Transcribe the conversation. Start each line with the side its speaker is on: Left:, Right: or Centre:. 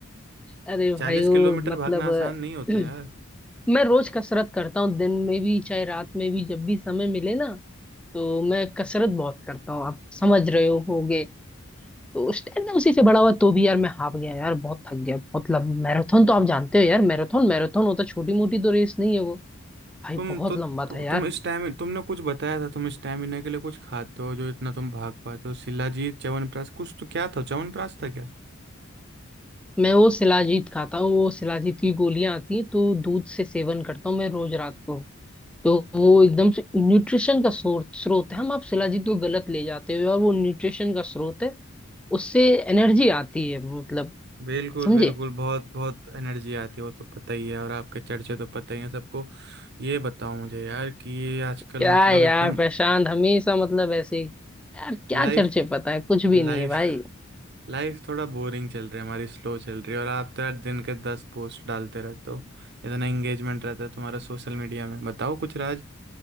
Centre: अरे भाई
Right: चालीस
Centre: वो
Right: किलोमीटर
Centre: मतलब
Right: भागना आसान नहीं होता
Centre: <clears throat>
Right: यार
Centre: मैं रोज कसरत करता हूँ दिन में भी चाहे रात में भी जब भी समय मिले ना तो मैं कसरत बहुत करता हूँ आप समझ रहे हो होगे तो उस टाइम ना उसी से बड़ा हुआ तो भी यार मैं हाफ गया यार बहुत थक गया बहुत लंबा मैराथन तो आप जानते हो यार मैराथन मैराथन होता छोटी मोटी तो रेस नहीं है वो भाई
Right: तुम
Centre: बहुत
Right: तो,
Centre: लंबा
Right: तो
Centre: था यार
Right: तुम स्टैमिना तुमने कुछ बताया था तुम स्टैमिना के लिए कुछ खाते हो जो इतना तुम भाग पाते हो शिलाजीत च्यवनप्राश कुछ तो क्या था च्यवनप्राश था क्या
Centre: मैं वो शिलाजीत खाता हूँ वो शिलाजीत की गोलियां आती हैं तो दूध से सेवन करता हूँ मैं रोज रात को तो वो एकदम से न्यूट्रिशन का स्रोत स्रोत है हम आप शिलाजीत को गलत ले जाते हो और वो न्यूट्रिशन का स्रोत है उससे एनर्जी आती है मतलब
Right: बिल्कुल
Centre: समझे
Right: बिल्कुल बहुत बहुत एनर्जी आती है वो तो पता ही है और आपके चर्चे तो पता ही है सबको ये बताओ मुझे यार कि ये आजकल
Centre: क्या
Right: मतलब
Centre: है यार
Right: एकदम
Centre: प्रशांत हमेशा मतलब ऐसे ही- यार क्या
Right: लाइफ
Centre: चर्चे पता है कुछ भी नहीं
Right: लाइफ
Centre: है भाई
Right: लाइफ थोड़ा बोरिंग चल रही है हमारी स्लो चल रही है और आप तो यार दिन के दस पोस्ट डालते रहते हो इतना एंगेजमेंट रहता है तुम्हारा सोशल मीडिया में बताओ कुछ राज